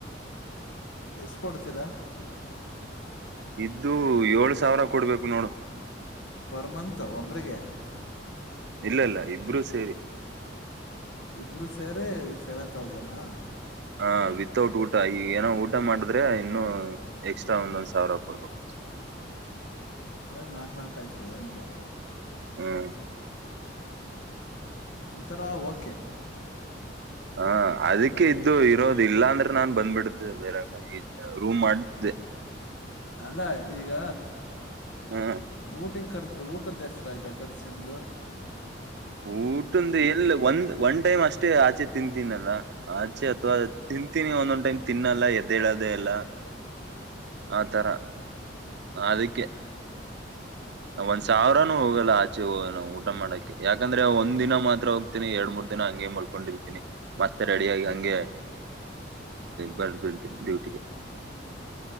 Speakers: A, on the left; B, on the right.
A: ಎಷ್ಟ ಕೊಡ್ತೀರಾ
B: ಇದ್ದು ಏಳ್ು ಸಾವಿರ ಕೊಡ್ಬೇಕು ನೋಡು
A: ಫರ್ ಮಂತು ಒಬ್ಬರಿಗೆ
B: ಇಲ್ಲ ಇಲ್ಲ ಇಬ್ರೂ ಸೇರಿ
A: ಇಬ್ರು ಸೇರಿ ಸೆವೆನ್ ತೌಸನ್ಾ
B: ಹಾ ವಿತೌಟ್ ಊಟ ಈಗ ಏನೋ ಊಟ ಮಾಡಿದ್ರೆ ಇನ್ನು ಎಕ್ಸ್ಟ್ರಾ ಒಂದೊಂದ್ ಸಾವಿರ ಕೊಡ್ಬೇಕ
A: ಅಂದರೆ ನಾಲ್ಕು ನಾಲ್ಕು ಆಯ್ತದೆ ಎಂಟು
B: ಹ್ಮ್
A: ಒಂಥರ ಓಕೆ
B: ಹಾ ಅದಕ್ಕೆ
A: ಮತ್ತು
B: ಇದ್ದು ಇರೋದು ಅ ಇಲ್ಲಾಂದ್ರೆ ನಾನ್ ಬಂದ್ಬಿಡ್ತೆ ಬೇರೆ ರೂಮ್ ಮಾಡತಿದ್ದೆ
A: ಅಲ್ಲ ಈಗ
B: ಹ
A: ಊಟನ್ ಕರ್ಚ ಊಟದ್ದ ಎಷ್ಟ ಆಯ್ತ ಕಖರ್ಸ್ದು
B: ಊಟಂದು ಎಲ್ಲ ಒಂದ ಒನ್ ಟೈಮ್ ಅಷ್ಟೇ ಆಚೆ ತಿಂತೀನಲ್ಲ ಆಚೆ ಅಥವಾ ತಿಂತೀನಿ ಒಂದೊಂದ್ ಟೈಮ್ ತಿನ್ನಲ್ಲ ಎದ್ದ ಹೇಳದೆ ಎಲ್ಲ ಆತರ ಅದಕ್ಕೆ ಒಂದ್ ಸಾವಿರಾನೂ ಹೋಗಲ್ಲ ಆಚೆ ನ ಊಟ ಮಾಡಕ ಯಾಕಂದ್ರೆ ಒಂದ್ ದಿನ ಮಾತ್ರ ಹೋಗ್ತೀನಿ ಎರಡ್ ಮೂರ್ ದಿನ ಹಂಗೆ ಮಲ್ಕೊಂಡಿರ್ತೀನಿ ಮಸ್ತ್ ರೆಡಿಯಾಗಿಿ ಹಂಗೆ ಬರ್ಬಳ್ತೀನಿ ಡ್ಯೂಟಿಗೆ